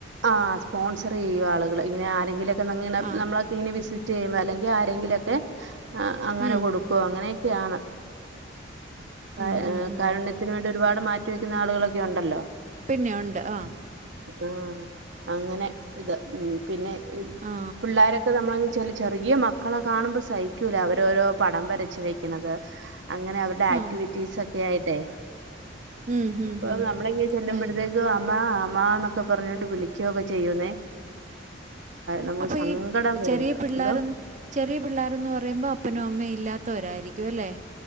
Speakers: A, on the right; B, on the right.
A: ആഹ് സ്പോൺസറെയ്യും ആളുകള് ഇങ്ങനെ ആരെങ്കിലൊക്കെങ്ങനെ
B: ആ
A: നമ്മള ങ്ങനെ വിസിറ്റെയ്യുമ്പോ അല്ലെങ്കി ആരെങ്കിലൊക്കെ അങ്ങനെ
B: ഉം.
A: കൊടുക്കും അങ്ങനെയൊക്കെയാണ്
B: ഉം,
A: അഹ്
B: ഉം, ഉം.
A: കാരുണ്യത്തിന് വേണ്ടി ഒരുപാട് മാറ്റി വെക്കുന്ന ആളുകളൊക്കെ ഉണ്ടല്ലോ
B: പിന്നെ ഉണ്ട് ആഹ്
A: ആഹ് അങ്ങനെ ഇത് ഉം പിന്നെ
B: ആ
A: പിള്ളാരൊക്കെ നമ്മളങ്ങെനെ ചെല ചെറിയ മക്കളെ കാണുമ്പോ സഹിക്കൂല അവരോഓരോ പടം വരച്ച വെക്ക്‌ണത് അങ്ങനെ അവരുടെ ആക്റ്റ്
B: ആ
A: ക്ടിവിറ്റീസൊക്കെ ആയിട്ടേ
B: ഉം, ഉം,
A: അപ്പൊ
B: ഉം.
A: നമ്മള്ങ്ങനെ ചെല്ലുമ്പഴത്തേക്
B: ആയി.
A: അമ്മ അമ്മാന്ന് ഒക്കെ പറഞ്ഞോണ്ട് വിളിക്കൊക്കെ ചെയ്യുന്നേ നമുക്ക്
B: അപ്പോൾ
A: സങ്കടം
B: ഈ
A: വരും
B: ചെറിയ പിള്ളേരെന്ന്
A: എന്തോ
B: ചെറിയ പിള്ളേരെന്ന് പറയുമ്പോ അപ്പനും അമ്മയും ഇല്ലാത്തവരായിരിക്കും അല്ലേ